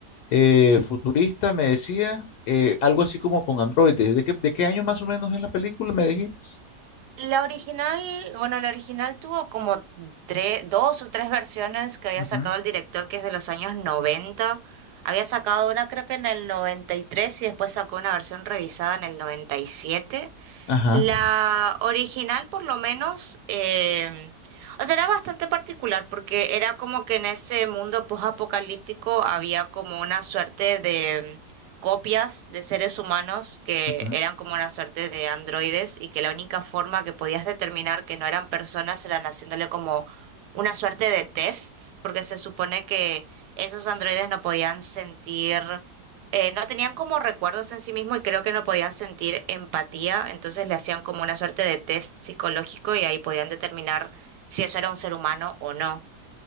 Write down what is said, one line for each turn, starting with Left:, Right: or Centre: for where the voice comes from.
Left: eh, futurista, me decía, eh, algo así como con androides. ¿De qué, de qué año más o menos es la película, me dijiste?
Right: La original, bueno, la original tuvo como tres, dos o tres versiones que había
Left: Ujú.
Right: sacado el director, que es de los años 90. Había sacado una creo que en el noventa y tres y después sacó una versión revisada en el 97.
Left: Ajá,
Right: La original, por lo menos, em, o sea, era bastante particular porque era como que en ese mundo post-apocalíptico había como una suerte de mm, copias de seres humanos que
Left: ujú.
Right: eran como una suerte de androides y que la única forma que podías determinar que no eran personas eran haciéndole como una suerte de tests, porque se supone que esos androides no podían sentir eh, no tenían como recuerdos en sí mismo y creo que no podían sentir empatía, entonces le hacían como una suerte de test psicológico y ahí podían determinar si eso era un ser humano o no.